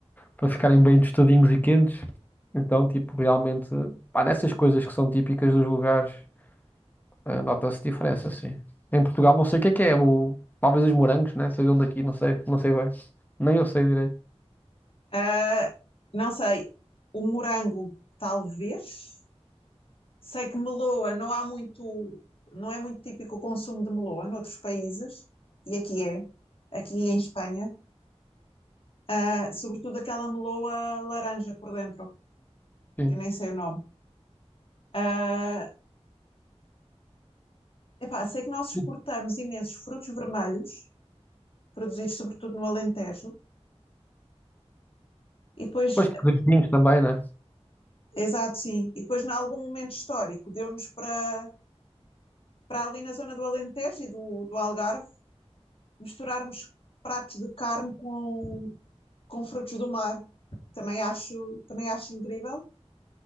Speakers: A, on the left; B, on the left.
A: para ficarem bem tostadinhos e quentes. Então, tipo, realmente, pá, nessas coisas que são típicas dos lugares, eh, nota-se diferença, sim. Em Portugal, não sei o que é que é, o... talvez os morangos, né? Sejam daqui, não sei, não sei bem. Nem eu sei direito.
B: Ah, não sei, o morango, talvez. Sei que meloa não há muito. Não é muito típico o consumo de meloa noutros países, e aqui é, aqui em Espanha. Uh, sobretudo aquela meloa laranja por dentro,
A: Sim.
B: que eu nem sei o nome. Uh, epá, sei que nós exportamos
A: E
B: imensos frutos vermelhos, produzidos sobretudo no Alentejo, e depois,
A: Depois que há os vinhos também, né?
B: exato, sim, e depois, em algum momento histórico, deu-nos para, para ali na zona do Alentejo e do, do Algarve misturarmos pratos de carne com, com frutos do mar. Também acho, também acho incrível.